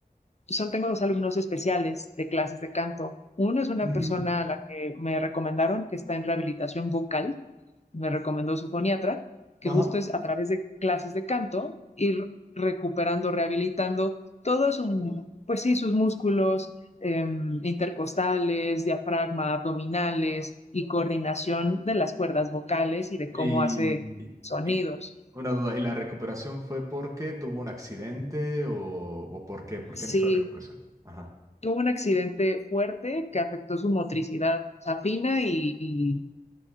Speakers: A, on the left (about 45°); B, on the right (about 20°).
A: son, tengo dos alumnos especiales de clases de canto. Uno es una
B: Ujú,
A: persona a la que me recomendaron que está en rehabilitación vocal me recomendó su foniatra, que
B: Ajá.
A: justo es a través de clases de canto ir recuperando, rehabilitando todo su, pues sí, sus músculos eh, intercostales, diafragma, abdominales y coordinación de las cuerdas vocales y de cómo
B: Y,
A: hace sonidos.
B: y- Una duda, ¿y la recuperación fue porque tuvo un accidente o, o por qué? ¿Por
A: Sí,
B: qué necesita recuperación? Ajá,
A: tuvo un accidente fuerte que afectó su motricidad o sea, fina y, y,